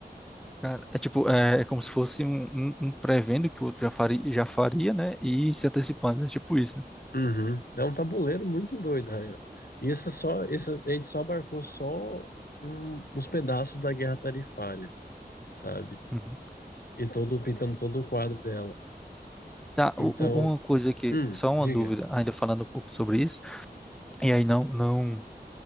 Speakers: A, in the centre; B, on the left (about 60°).
A: Cara, é tipo, é, é como se fosse um, um, um prevendo que o outro já faria, já faria, né? E se antecipando. É tipo isso, né?
B: Uhum. É um tabuleiro muito doido, Ryan. E essa só, isso, a gente só abarcou só um- uns pedaços da guerra tarifária. sabe?
A: Uhum.
B: E todo pintando todo o quadro dela.
A: Tá,
B: Então,
A: u- u- uma coisa que,
B: hum,
A: só uma
B: diga.
A: dúvida, ainda falando um pouco sobre isso. E aí não, não,